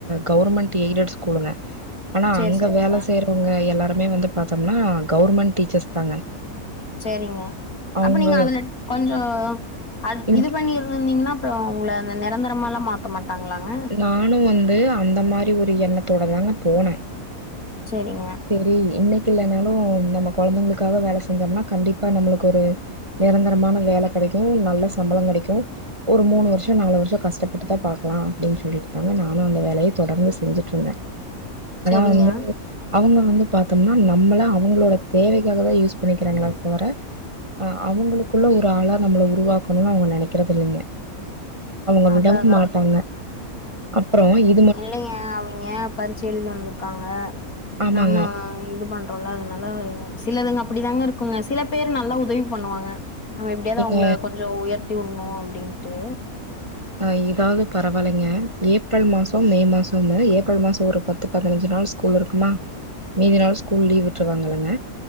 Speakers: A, on the right (about 20°); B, on the left (about 70°).
A: கவுர்மெண்ட் எய்டட் ஸ்கூலுங்க ஆனா
B: சரி,
A: அங்க
B: சரிங்க.
A: வேல செய்றவுங்க எல்லாருமே வந்துப் பாத்தோம்னா கவுர்மெண்ட் டீச்சர்ஸ் தாங்க
B: சேரிங்க
A: அவங்க
B: அப்ப நீங்க அதுலட் கொஞ்சோ அத்
A: இன்க்
B: இது பண்ணிருந்திந்தீங்கனாப் ப்றோ உங்ள அந்த நெரந்தரமாலாம் மாத் க்க மாட்டாங்ளாங்க
A: நானு வந்து அந்த மாரி ஒரு எண்ணத்தோட தாங்க போனே
B: செரிங்க
A: செரி இன்னைக்கு இல்லனாலு நம்மக் கொழந்தைங்ளுக்காக வேல செஞ்சோம்னா கண்டிப்பா நம்முளுக்கு ஒரு நெரந்தரமான வேல கெடைக்கு நல்ல சம்ளோங் கெடைக்கு ஒரு மூனு வருஷோ நாலு வருஷோ கஷ்டபட்டுதா பாக்லா அப்டின் சொல்லிட்டுதாங்க நானு அந்த வேலய தொடர்ந்து செஞ்சிட்ருந்தே ஆனா
B: சரிங்க.
A: வந்து அவங்க வந்து பாத்தோம்னா நம்மள அவுங்ளோடத் தேவைக்காகதா யூஸ் பண்ணிக்கிறாங்களேத் தவர அ அவுங்ளுக்குள்ள ஒரு ஆளா நம்மள உருவாக்கணுன் அவுங்க நெனைக்கிறதில்லைங்க அவுங்க
B: அதான்,
A: விடவும்
B: அதான்.
A: மாட்டாங்க அப்றோ இ
B: இல்லைங்க அவிங்க பரிட்ச எழுதி வந்துருக்காங்க
A: ஆமாங்க
B: நம்ம இங்க இது பண்றோல்ல அதனால சிலதுங்க அப்டிதாங்க இருக்குங்க சிலப் பேர் நல்லா உதவிப் பண்ணுவாங்க நம்ம எப்டியாவது
A: நீங்க
B: அவுங்ள கொஞ்சோ உயர்த்தி உன்னு அப்டின்ட்டு
A: அ இதாவது பரவாலைங்க ஏப்ரல் மாசோ மே மாசோம்மு ஏப்ரல் மாசோ ஒருப் பத்து பதனஞ்சு நாள்ச் கூல் இருக்குமா மீதி நாள் ஸ்கூல் லீவ் விட்ருவாங்களங்க